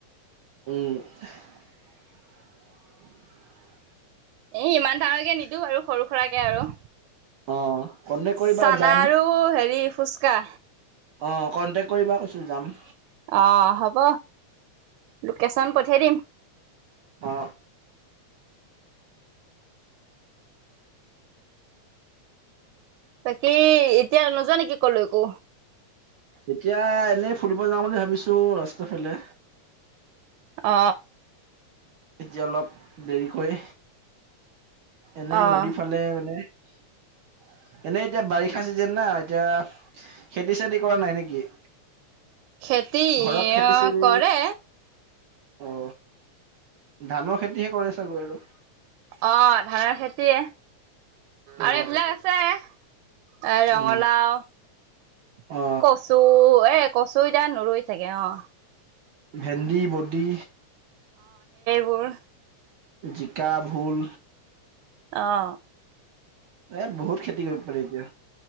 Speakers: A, on the right; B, on the right.
A: উম
B: এ ইমান ডাঙৰকে নিদো বাৰু সৰু সুৰাকে আৰু
A: অ কন্টেক্ট কৰিবা
B: চানা
A: যাম
B: আৰু হেৰি ফুচকা
A: অ কণ্টেক্ট কৰিবা কৈছোঁ যাম
B: অ হ'ব লোকেচন পঠিয়াই দিম
A: অ
B: বাকী এতিয়া নোযোৱা নেকি কলৈকো
A: এতিয়া এনেই ফুৰিব যাওঁ বুলি ভাবিছো ৰাস্তা ফালে
B: অ
A: এতিয়া অলপ দেৰিকৈ এনেই
B: অ',
A: নদীৰ ফালে মানে এনেই এতিয়া বাৰিষা চিজন না এতিয়া খেতি চেতি কৰা নাই নেকি
B: খেতি
A: ঘৰত খেতি
B: অ
A: চেতি
B: কৰে
A: অ ধানৰ খেতিহে কৰে চাগৈ আৰু
B: অ ধানৰ খেতিয়ে
A: অ
B: আৰু এইবিলাক আছে এ ৰঙালাও
A: অ অ
B: কচু এ কচু এতিয়া নোৰো চাগে অ
A: ভেণ্ডি বডি
B: বোৰ
A: জিকা ভোল
B: অ
A: ইয়াত বহুত খেতি কৰিব পাৰে এতিয়া